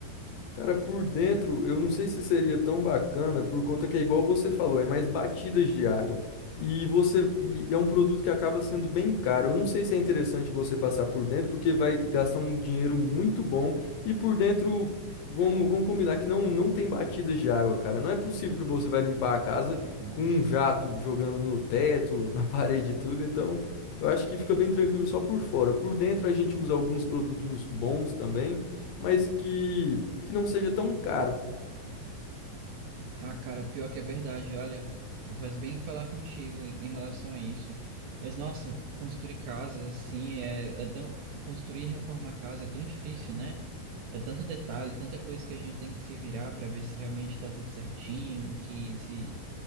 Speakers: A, on the left; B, on the right.
A: Cara, por dentro, eu não sei se seria tão bacana, por conta que é igual você falou, é mais batidas de água. E você, e é um produto que acaba sendo bem caro. Eu não sei se é interessante você passar por dentro, porque vai gastar um dinheiro muito bom. E por dentro, vamos, vamos combinar que não, não tem batidas de água, cara. Não é possível que você vai limpar a casa
B: É verdade.
A: com um jato jogando no teto, na <laughs> parede e tudo. Então, eu acho que fica bem tranquilo só por fora. Por dentro, a gente usa alguns produtos bons também mas que, que não seja tão caro.
B: Ah, cara, pior que é verdade, olha, faz bem falar contigo em em relação a isso. Mas, nossa, construir casas assim é, é tão. Construir e reformar casa é tão difícil, né? É tanto detalhe, tanta coisa que a gente tem que se virar para ver se realmente está tudo certinho, que se.